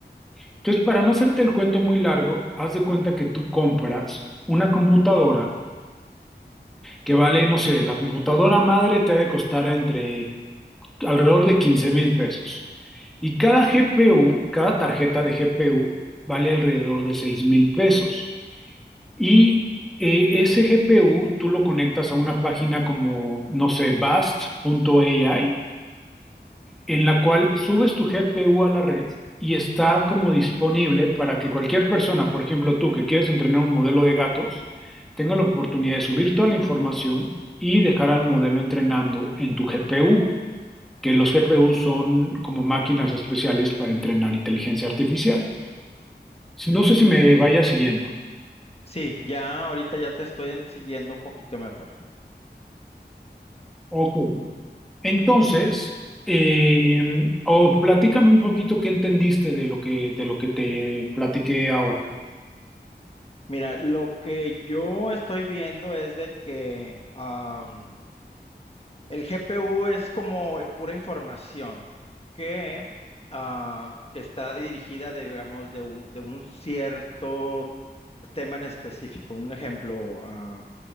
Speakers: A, in the centre; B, on the left.
A: Entonces, para no hacerte el cuento muy largo, haz de cuenta que tú compras una computadora que vale, no sé, la computadora madre te ha de costar entre alrededor de 15 mil pesos. Y cada GPU, cada tarjeta de GPU vale alrededor de 6 mil pesos. Y eh, ese GPU tú lo conectas a una página como, no sé, Bast.ai en la cual subes tu GPU a la red y está como disponible para que cualquier persona, por ejemplo tú que quieres entrenar un modelo de gatos, tenga la oportunidad de subir toda la información y dejar al modelo entrenando en tu GPU, que los GPU son como máquinas especiales para entrenar inteligencia artificial. No sé si me vaya siguiendo.
B: Sí, ya ahorita ya te estoy siguiendo un poquito mejor.
A: Ok. Entonces, eh, o platícame un poquito qué entendiste de lo que, de lo que te platiqué ahora.
B: Mira, lo que yo estoy viendo es de que am, el GPU es como eh, pura información que, ah, que está dirigida, digamos, de un, de un cierto tema en específico. Un ejemplo, ah,